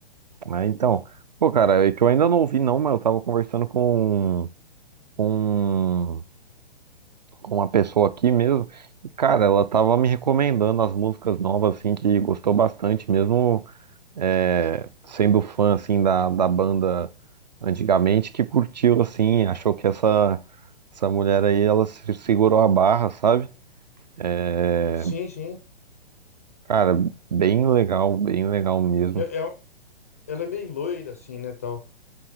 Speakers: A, on the right (about 45°); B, on the left (about 15°).
A: Ah, então. Pô, cara, é que eu ainda não ouvi, não, mas eu tava conversando com, com, com uma pessoa aqui mesmo. E, cara, ela tava me recomendando as músicas novas, assim, que gostou bastante, mesmo é, sendo fã assim da, da banda antigamente que curtiu assim, achou que essa essa mulher aí ela se segurou a barra, sabe? É,
B: Sim, sim.
A: cara, bem legal, bem legal mesmo.
B: É- é- ela é bem loira, assim, né, tal.